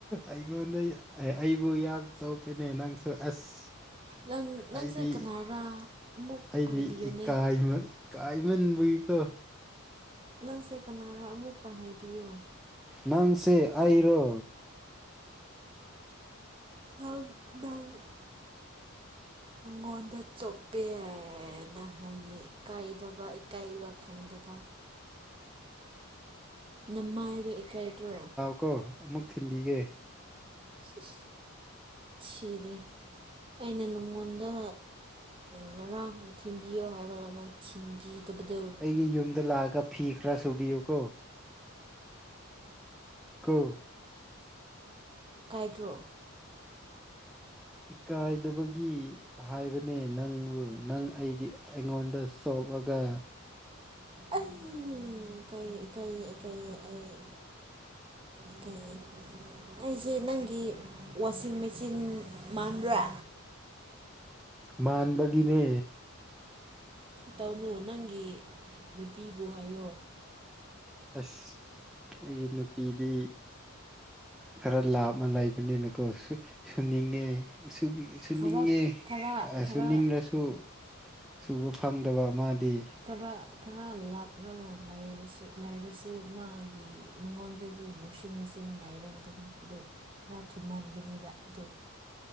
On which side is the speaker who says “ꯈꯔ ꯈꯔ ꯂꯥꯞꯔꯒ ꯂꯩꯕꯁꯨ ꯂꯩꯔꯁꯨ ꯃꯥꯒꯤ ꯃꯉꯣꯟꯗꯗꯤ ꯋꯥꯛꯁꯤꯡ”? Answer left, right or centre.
Right